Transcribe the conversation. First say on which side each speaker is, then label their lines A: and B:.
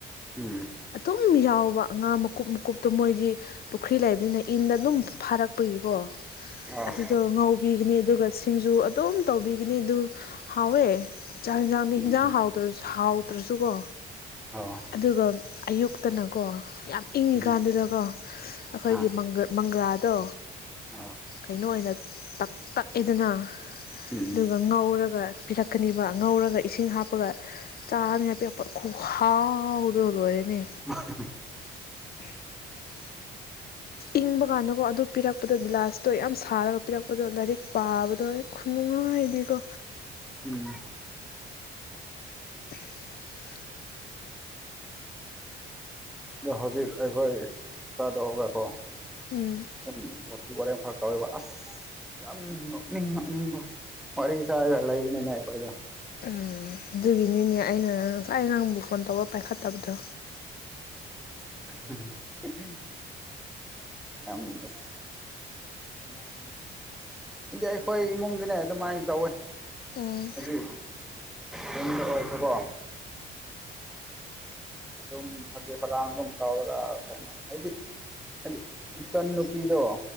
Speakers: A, in the centre; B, on the left.
A: ꯎꯝ
B: ꯑꯗꯨꯝ ꯌꯥꯎꯕ ꯉꯥ ꯃꯀꯨꯞ ꯃꯀꯨꯞꯇꯣ ꯃꯣꯏꯗꯤ ꯄꯨꯈ꯭ꯔꯤ ꯂꯩꯕꯅꯤꯅ ꯏꯟꯗ ꯑꯗꯨꯝ ꯐꯥꯔꯛꯄꯒꯤꯀꯣ
A: ꯑꯥ
B: ꯑꯗꯨꯗꯣ ꯉꯧ ꯄꯤꯒꯅꯤ ꯑꯗꯨꯒ ꯁꯤꯡꯖꯨ ꯑꯗꯨꯝ ꯇꯧꯕꯤꯒꯅꯤ ꯑꯗꯨ ꯍꯥꯎꯋꯦ ꯆꯥꯛ ꯍꯤꯟꯖꯥꯡꯗꯤ
A: ꯎꯝ
B: ꯍꯤꯟꯖꯥꯡ ꯍꯥꯎ ꯍꯥꯎꯇ꯭ꯔꯁꯨꯀꯣ
A: ꯑꯥ
B: ꯑꯗꯨꯒ ꯑꯌꯨꯛꯇꯅꯀꯣ ꯌꯥꯝ ꯏꯪꯉꯤꯀꯥꯟꯗꯨꯗꯀꯣ
A: ꯎꯝ
B: ꯑꯩꯈꯣꯏꯒꯤ
A: ꯑꯥ
B: ꯃꯪꯒ꯭ꯔ ꯃꯪꯒ꯭ꯔꯥꯗꯣ
A: ꯑꯥ
B: ꯀꯩꯅꯣ ꯑꯣꯏꯅ ꯇꯛ ꯇꯛꯏꯗꯅ
A: ꯎꯝ
B: ꯉꯧꯔꯒ ꯄꯤꯔꯛꯀꯅꯤꯕ ꯉꯧꯔꯒ ꯏꯁꯤꯡ ꯍꯥꯞꯄꯒ ꯆꯥꯅꯤ ꯉꯥꯏ ꯄꯤꯔꯛꯄ ꯈꯨꯍꯥꯎꯗꯣ ꯂꯣꯏꯔꯦꯅꯦ!
A: <unintelligible>
B: <unintelligible> ꯏꯪꯕ ꯀꯥꯟꯗꯀꯣ ꯑꯗꯨ ꯄꯤꯔꯛꯄꯗꯣ ꯒꯤꯂꯥꯁꯇꯣ ꯌꯥꯝ ꯁꯥꯔꯒ ꯄꯤꯔꯛꯄꯗꯣ ꯂꯥꯏꯔꯤꯛ ꯄꯥꯕꯗꯣ ꯈꯨꯅꯨꯡꯉꯥꯏꯗꯤꯀꯣ
A: ꯎꯝ
B: <unintelligible>
A: ꯑꯗꯣ ꯍꯧꯖꯤꯛ ꯑꯩꯈꯣꯏ ꯆꯥꯗꯣꯛꯑꯒ ꯀꯣ
B: ꯎꯝ
A: ꯑꯗꯨꯝ ꯋꯥꯊꯤ ꯋꯥꯔꯦꯝ ꯈꯔ ꯇꯧꯋꯦꯕ ꯑꯁ ꯌꯥꯝ ꯅꯣꯛꯅꯤꯡ ꯅꯣꯛꯅꯤꯡꯕ ꯋꯥꯔꯤ ꯁꯥꯔ ꯂꯩꯕꯅꯤꯅꯦ ꯑꯩꯈꯣꯏꯗꯣ
B: ꯎꯝ ꯑꯗꯨꯒꯤꯅꯤꯅꯦ ꯑꯩꯅ ꯉꯁꯥꯏ ꯅꯪꯕꯨ ꯐꯣꯟ ꯇꯧꯕ ꯄꯥꯏꯈꯠꯇꯕꯗꯣ
A: ꯎꯝ <unintelligible> ꯑꯝ ꯑꯁ ꯑꯗꯨꯃꯥꯏꯟ ꯏꯗꯤ ꯑꯩꯈꯣꯏ ꯏꯃꯨꯡꯗꯅꯦ ꯑꯗꯨꯃꯥꯏꯟ ꯇꯧꯋꯦ
B: ꯎꯝ
A: ꯍꯥꯏꯗꯤ ꯌꯨꯝꯗ ꯑꯣꯏꯔꯁꯨ ꯀꯣ ꯗꯨꯝ ꯐꯒꯤ ꯐꯔꯥꯡ ꯑꯗꯨꯝ ꯇꯧꯔꯒ ꯀꯩꯅꯣ ꯍꯥꯏꯗꯤ ꯍꯥꯏꯗꯤ ꯏꯆꯟ ꯅꯨꯨꯄꯤꯗꯣ